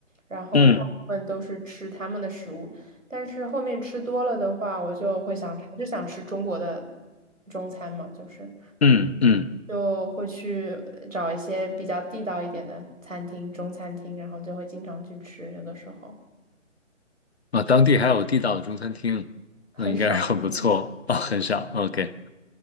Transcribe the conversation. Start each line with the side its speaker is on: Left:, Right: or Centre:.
Right: 然后我大部分都是吃他们的食物。
Left: 嗯
Right: 但是后面吃多了的话，我就会想还是想吃中国的中餐嘛，就是
Left: 嗯嗯，
Right: 就会去找一些比较地道一点的餐厅，中餐厅，然后就会经常去吃，有的时候
Left: 啊，当地还有地道的中餐厅，
Right: 很少，
Left: 那应该是很不错哦，很少。OK，